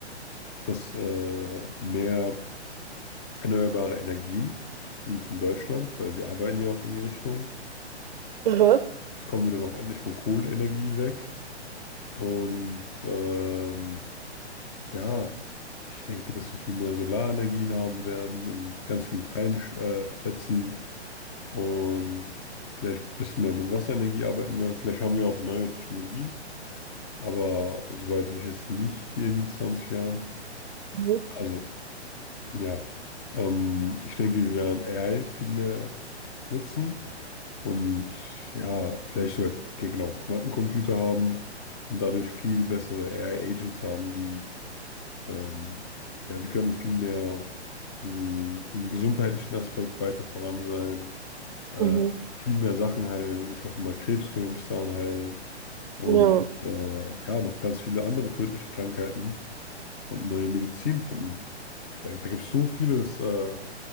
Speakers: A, on the left; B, on the right.
A: etwas äh, mehr erneuerbare Energien, zumindest in Deutschland, weil wir arbeiten ja auch in die Richtung.
B: Aha.
A: Kommen wir dann auch endlich von Kohleenergie weg. Und ähm, ja, ich denke, dass wir viel mehr Solarenergien haben werden in ganz vielen freien Sch- äh, Plätzen und vielleicht ein bisschen mehr mit Wasserenergie arbeiten werden. Vielleicht haben wir auch neue Technologien Aber so weit will ich jetzt nicht gehen in 20 Jahren.
B: Mhm.
A: Also, ja, ähm, ich denke, wir werden AI viel mehr nutzen und ja, vielleicht sogar ge- genau Quantencomputer haben und dadurch viel bessere AI-Agents haben, die ähm, ja, wir können viel mehr mh, im gesundheitlichen Aspekt weiter voran sein, äh,
B: Mhm.
A: viel mehr Sachen heilen. Ich hoffe mal, Krebs können wir bis dahin heilen und
B: Ja,
A: äh, ja, noch ganz viele andere tödliche Krankheiten und neue Medizin finden. Da, da gibt es so vieles. Äh,